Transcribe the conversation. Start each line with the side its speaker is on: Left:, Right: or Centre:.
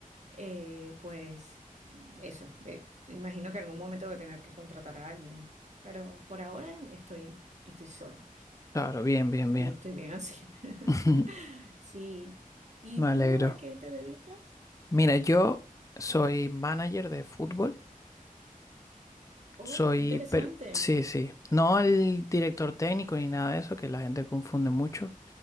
Right: eh, pues eso, eh, imagino que en algún momento voy a tener que contratar a alguien, pero por ahora estoy, estoy sola
Left: Claro, bien, bien, bien.
Right: y estoy bien así. <laughs>
Left: <laughs>
Right: Sí. ¿Y
Left: Me
Right: tú
Left: alegro.
Right: a qué te dedicas?
Left: Mira, yo soy manager de fútbol.
Right: Oh,
Left: Soy,
Right: qué interesante.
Left: pero, sí, sí. No el director técnico ni nada de eso, que la gente confunde mucho,